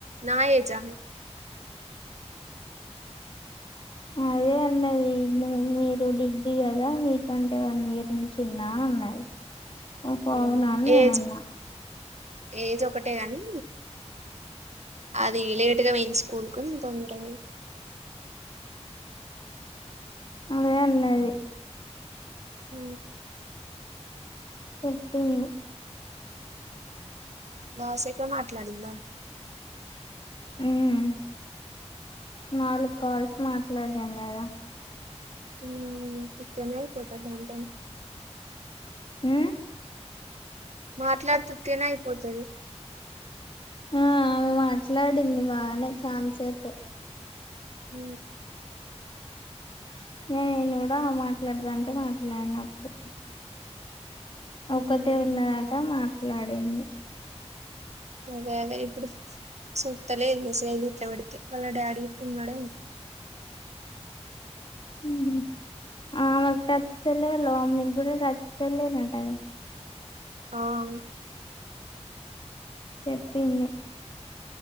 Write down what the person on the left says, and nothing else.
అదే అన్నది మీరు డిగ్ ఇది కదా మీకంటే వన్ ఇయర్ నేను చిన్నా అన్నది. బహో
అవునా అని నేనన్నా.
అదే అన్నది.
అ <unintelligible>
ఉమ్ నాలుగు కాల్స్ మాట్లాడినం కదా.
ఆ
ఆ ఆమె మాట్లాడింది బానే చాలాసేపే
న నేను మాట్లాడదా అంటే మాట్లాడిన అప్పుడు ఒకటే
ఉన్నదట మాట్లాడింది
ఉహూ ఆమె టచ్ సెల్ వల్ల మమ్మీ కీ కూడా టచ్ సెల్ ఏ నాటకాదా
చెప్పింది